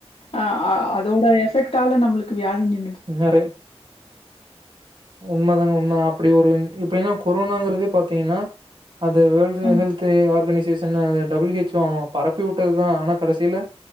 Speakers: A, on the left; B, on the right.
A: அ அதோட எஃபெக்ட் டால நம்ளுக்கு வியாதிங்க
B: நெறை உண்மதாங்க உண்ம தா அப்டி ஒரு இப்பன்னா கொரோனாங்கறதே பாத்தீங்னா அது வேர்ல்டு
A: அ
B: ஹெல்த்து ஆர்கனிஸ் ஷேஸன் அது டபிள்யூ ஹெச் ஓ அவங்பரப்பி உட்டதுதா ஆனா கடைசில